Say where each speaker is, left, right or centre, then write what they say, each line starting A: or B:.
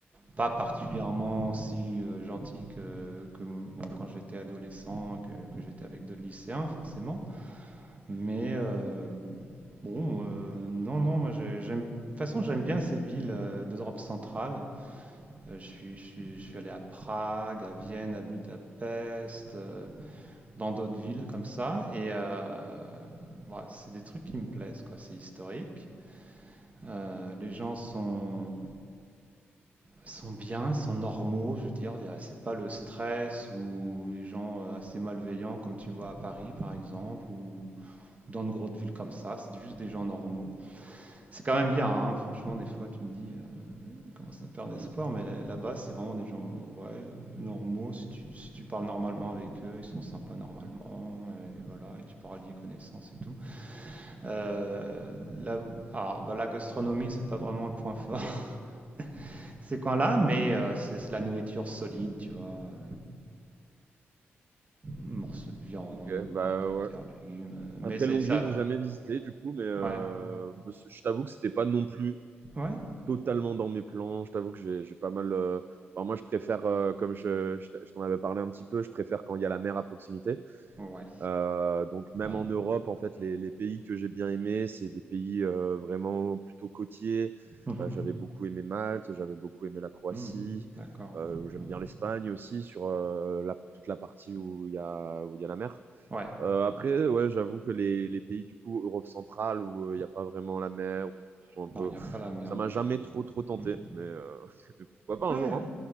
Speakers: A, on the right (about 30°); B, on the right (about 50°).
A: pas particulièrement si euh, gentils que, que, bon, quand j'étais adolescent, que, que j'étais avec d'autres lycéens, forcément. Mais euh, bon, euh, non, non, moi j'ai- j'aime. De toute façon, j'aime bien ces villes euh, d'Europe centrale. Euh, je suis, je suis, je suis allé à Prague, à Vienne, à Budapest, euh, dans d'autres villes comme ça. Et euh, voilà, c'est des trucs qui me plaisent, quoi. C'est historique. Euh, les gens sont, sont bien, sont normaux, je veux dire. Il y a- C'est pas le stress ou les gens euh, assez malveillants comme tu vois à Paris, par exemple, ou dans de grosses villes comme ça. C'est juste des gens normaux. C'est quand même bien, hein. franchement, des fois tu te dis, euh, comment ça perd espoir,
B: Hmm.
A: mais là- là-bas c'est vraiment des gens ouais, normaux, si tu, si tu parles normalement avec eux, ils sont sympas normalement, et voilà, et tu pourras lier connaissances et tout. Euh, là, alors, bah, la gastronomie, c'est pas vraiment le point fort <laughs> ces coins-là, mais euh, c'est c'est la nourriture solide, tu vois. euh, morceaux de viande,
B: Ok, bah
A: pommes de
B: ouais.
A: terre, légumes. euh, Mais
B: Après
A: c'est
B: l'Hongrie,
A: ça.
B: j'ai jamais visité du coup, mais euh,
A: Ouais.
B: je t'avoue que c'était pas non plus
A: Ouais.
B: totalement dans mes plans. Je t'avoue que j'ai j'ai pas mal. euh, enfin, moi, je préfère, euh, comme je, je t'a- je t'en avais parlé un petit peu, je préfère quand il y a la mer à proximité.
A: Ouais.
B: Euh, donc même
A: Ouais.
B: en Europe, en fait, les, les pays que j'ai bien aimés, c'est des pays euh, vraiment plutôt côtiers.
A: Mhm.
B: Euh, j'avais beaucoup aimé Malte, j'avais beaucoup aimé la Croatie.
A: Mm. D'accord.
B: Euh, j'aime
A: Ouais.
B: bien l'Espagne aussi sur euh, la, toute la partie où il y a où il y a la mer.
A: Ouais.
B: Euh, après, ouais, j'avoue que les, les pays du coup Europe centrale où il n'y a pas vraiment la mer ou qui sont un
A: Non,
B: peu,
A: il n'y a pas la mer
B: ça
A: du
B: m'a
A: tout.
B: jamais trop trop tenté,
A: Mm.
B: mais, euh, <laughs> mais pourquoi pas un
A: Ouais.
B: jour, hein.